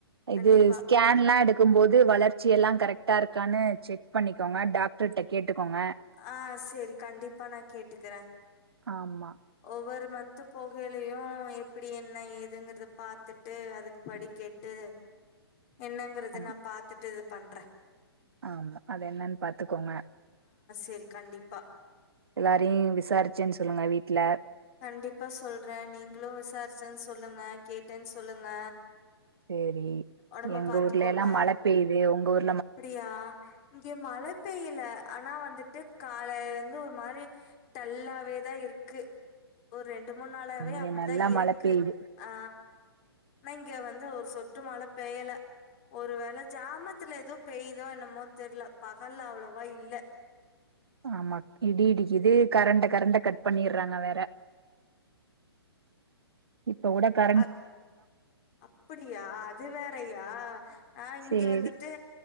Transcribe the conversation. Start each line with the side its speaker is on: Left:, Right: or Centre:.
Left: கண்டிப்பா
Right: இது ஸ்கேன்ல்லா எடுக்கும்போது வளச்சி கட்சி எல்லா கரெக்டா இருக்கான்னு செக் பண்ணிக்கோங்க டாக்டர்ட்ட கேட்டுக்கோங்க
Left: ஆ செரி கண்டிப்பா நா கேட்டுக்குற
Right: ஆமா
Left: ஒவ்வொரு மனந்த் போகையிலயு எப்டி என்ன ஏதுங்கறத பாத்துட்டு அதுக்கு படி கேட்டு து என்னங்கறது
Right: ஆமா
Left: நா பாத்துட்டு பண்றே
Right: ஆமா அது என்னன்னு பாத்துக்கோங்க
Left: செரி கண்டிப்பா
Right: எல்லாரயு விசாரிச்சேன்னு சொல்லுங்க வீட்ல
Left: கண்டிப்பா சொல்றே நீங்களு விசாரிச்சேன்னு சொல்லுங்க கேட்டேன்னு சொல்லுங்க
Right: சேரி
Left: ஒடம்ப
Right: எங்க
Left: பாத்துக்கோங்க
Right: ஊர்லல்லா மழ பெய்து உங்க ஊர்
Left: அப்டியா இங்க மழ பெய்யல ஆனா வந்துட்டு காலைலருந்து ஒரு மாரி டல்லாவே தா இருக்கு ஒரு ரெண்டு மூணு நாளாவே
Right: இங்க
Left: அப்டிதா
Right: நல்லா
Left: இருக்கு
Right: மழ பெய்யுது
Left: ஆ நா இங்க வந்து ஒரு சொட்டு மழ பெயல ஒரு வேள ஜாமத்துல ஏதோ பெய்தோ என்னமோ தெர்ல பகல் அவ்வளவா இல்ல
Right: ஆமா இடி இடிக்கிது கரண்ட கரண்ட கட் பண்ணிட்றாங்க வேற இப்ப கூட கா
Left: அ அப்டியா அது வேறயா ஆ இங்க
Right: சேரி
Left: வந்துட்டு